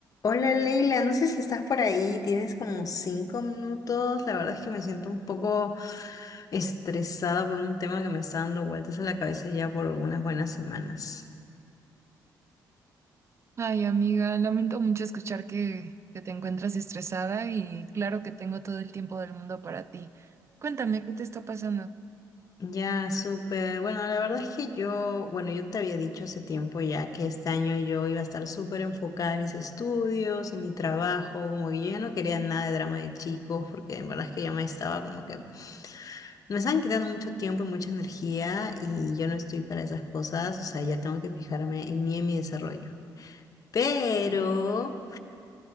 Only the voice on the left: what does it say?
Hola Leila, no sé si estás por ahí, tienes como cinco minutos. La verdad es que me siento un poco estresada por un tema que me está dando vueltas en la cabeza ya por unas buenas semanas.
Ya, súper. Bueno, la verdad es que yo, bueno, yo te había dicho hace tiempo ya que este año yo iba a estar súper enfocada en mis estudios, en mi trabajo, como que yo ya no quería nada de drama de chicos, porque en verdad es que ya me estaba como que Me están quitando mucho tiempo y mucha energía y yo no estoy para esas cosas, o sea, ya tengo que fijarme en mí y en mi desarrollo. Pero,